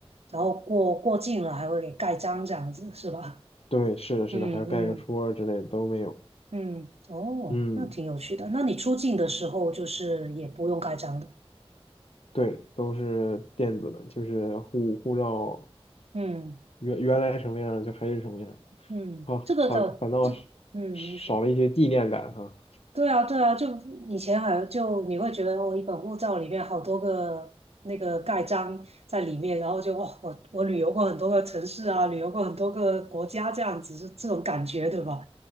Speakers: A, on the right (about 75°); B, on the left (about 70°).
A: 然后过过境了还会给盖章这样子，是吧？
B: 对，是的，是的，
A: 嗯嗯。
B: 还要盖个戳儿之类的都没有，
A: 嗯，哦，
B: 嗯，
A: 那挺有趣的。那你出境的时候就是也不用盖章的。
B: 对，都是电子的，就是护护照
A: 嗯
B: 原原来什么样就还是什么样，
A: 嗯，
B: 啊，
A: 这个倒这嗯，
B: 反反倒是少了一些纪念感哈，
A: 您说对啊对啊，就以前好像就你会觉得哦，一本护照里面好多个那个盖章在里面，然后就哇，我我旅游过很多个城市啊，旅游过很多个国家这样子，就这种感觉对吧？